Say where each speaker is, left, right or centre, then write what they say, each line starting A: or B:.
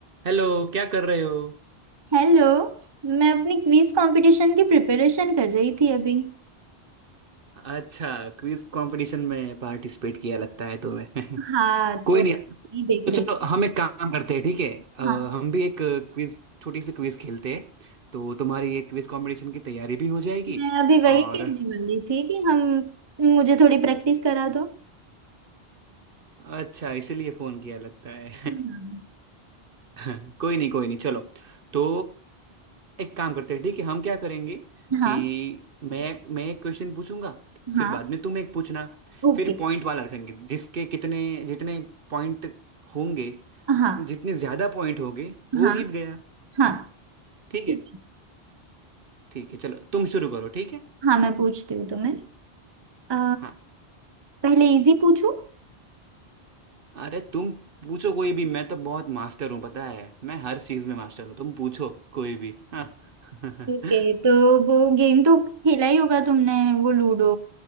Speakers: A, on the right; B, on the right.
A: Hello क्या कर रहे हो
B: Hello मैं अपनी quiz competition की प्रिपरेशन कर रही थी अभी
A: अच्छा क्विज कंपटीशन में पार्टिसिपेट किया लगता है तुम्हें
B: हाँ
A: <laughs> कोई
B: तो नहीं
A: नहीं
B: देख
A: तो
B: रही
A: चलो हम एक काम करते हैं ठीक है अ,
B: हाँ
A: हम भी एक क्विज छोटी सी क्विज खेलते हैं तो तुम्हारी ये क्विज कंपटीशन की तैयारी भी हो जाएगी
B: मैं अभी वही
A: और
B: कहने वाली थी कि हम मुझे थोड़ी प्रैक्टिस करा दो
A: अच्छा इसीलिए फोन किया लगता है
B: हाँ
A: <laughs> कोई नहीं कोई नहीं चलो तो एक काम करते हैं ठीक है हम क्या करेंगे
B: हाँ
A: कि मैं मैं एक क्वेश्चन पूछूंगा फिर
B: हाँ
A: बाद में तुम एक पूछना
B: ओके
A: फिर पॉइंट वाला रखेंगे जिसके कितने जितने पॉइंट होंगे
B: हाँ
A: जितने ज्यादा पॉइंट होंगे वो
B: हाँ
A: जीत गया
B: हाँ
A: ठीक
B: ठीक
A: है
B: है
A: ठीक है चलो तुम शुरू करो ठीक है
B: हाँ मैं पूछती हूँ तुम्हें अ,
A: हाँ
B: पहले इजी पूछूं <laughs>
A: अरे तुम पूछो कोई भी मैं तो बहुत मास्टर हूँ पता है मैं हर चीज में मास्टर हूँ तुम पूछो कोई भी हाँ <laughs>
B: ओके तो वो गेम तो खेला ही होगा तुमने वो लूडो